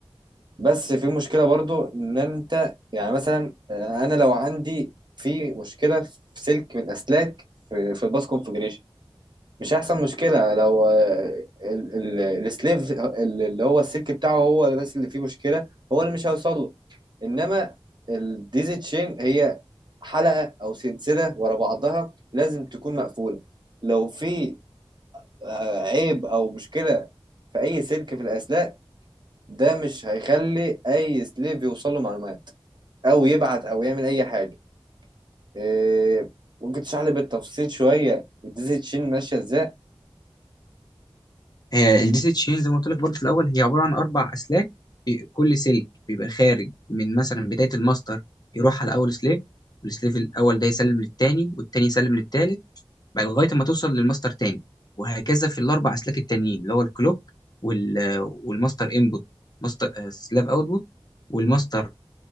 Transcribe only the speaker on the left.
هي الدي سي تشين زي ما قلت لك برضه في الاول هي عباره عن اربع اسلاك بي- كل سلك بيبقى خارج من مثلا بدايه الماستر يروح على اول سليف والسليف الاول ده يسلم للتاني والتاني يسلم للتالت بعد لغايه ما توصل للماستر تاني وهكذا في الاربع اسلاك التانيين اللي هو الكلوك وال والماستر انبوت ماستر آه، سلاف اوتبوت والماستر